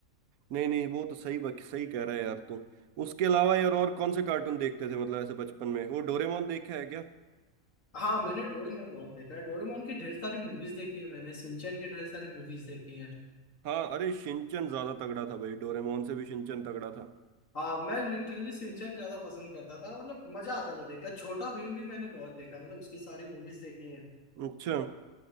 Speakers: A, on the right (about 85°); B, on the left (about 65°).
A: नहीं नहीं वो तो सही बात सही कह रहा है यार तू उसके अलावा यार और कौन से कार्टून देखते थे मतलब ऐसे बचपन में वो डोरेमोन देखा है क्या
B: हाँ मैंने डोरेमोन बहुत देखा है डोरेमोन की ढेर सारी मूवीज देखी है मैंने सिंचैन की ढेर सारी मूवीज देखी है
A: हाँ अरे शिनचैन ज्यादा तगड़ा था भाई डोरेमोन से भी शिनचैन तगड़ा था
B: हाँ मैं लिटरली सिंचैन ज्यादा पसंद करता था मतलब मजा आता था देखकर छोटा भीम भी मैंने बहुत देखा मतलब उसकी सारी मूवीज देखी है
A: अच्छा